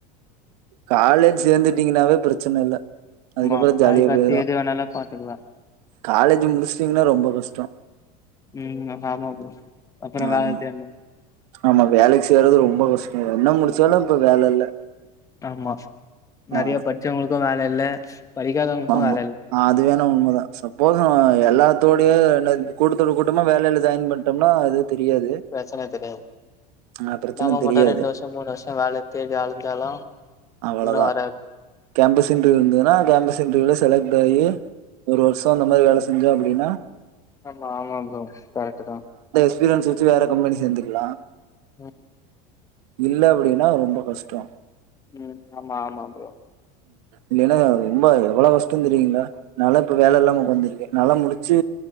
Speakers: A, on the right (about 80°); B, on the left (about 15°).
A: காலேஜ் சேர்ந்துட்டீங்கன்னாவே பிரச்சனை இல்ல அதுக்கப்புறோ
B: ஆமா
A: ஜாலியா
B: அதுக்கத்தி
A: போயிரு
B: எது வேணாலும் பாத்துக்கலா
A: காலேஜ் முடிச்சுீங்கன்னா ரொம்ப கஷ்டம்
B: ம் ஆமா ப்ரோ அப்புற
A: ஆமா
B: வேல தேடனு
A: ஆமா வேலைக்கு சேறது ரொம்ப கஷ்டோ என்ன முடிச்சாலு இப்ப வேல இல்ல
B: ஆமா நறைய
A: ஆமா
B: படிச்சவங்களுக்கு வேல இல்ல படிக்காதவங்களுக்கு
A: ஆமா
B: வேல இல்ல
A: அதுவேண உண்மதா சப்போஸ் எல்லாத்தோ <unintelligible> என்னது கூட்டத்தோட கூட்டமா வேலயில ஜாயின் பண்ணிட்டோம்னா அது தெரியாது
B: ப்ரச்சன தெரியாது
A: ஆ பிரச்சன
B: நாம
A: தெரியாது
B: மட்டு ரெண்டு வர்ஷோ மூணு வர்ஷோ வேல தேடி அலஞ்சாலு
A: அவ்ளோதா
B: ஒண்ணு வராது
A: கேம்பஸ் இன்டர்வியூ இருந்ததுன்னா கேம்பஸ் இன்டர்வியூல செலெக் டாயி ஒரு வர்சோ அந்த மாரி வேல செஞ்சோ அப்டினா
B: ஆமா ஆமா ப்ரோ கரெக்ட்டு தா
A: ஃப்ரீலான்ஸ் வெச்சு வேற கம்பனி சேந்துக்லா
B: ம்
A: இல்ல அப்டினா ரொம்ப கஷ்டோ
B: ம் ஆமா ஆமா ப்ரோ
A: இல்லனா ரொம்ப எவ்ளோ கஷ்டோ தெரியுங்ளா நாலா இப்ப வேல
B: ம்
A: இல்லாம உக்காந்ருக்கே நாலா முடிச் ச்சு